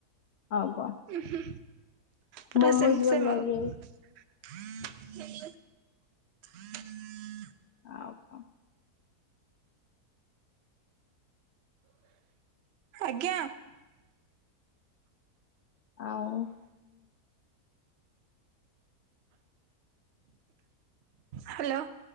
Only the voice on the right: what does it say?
ଉୁଁ ହୁଁ ପୁରା
ସେମ
ସେମ
ଆଉ <unintelligible>
ଆଜ୍ଞା।
ହାଲୋ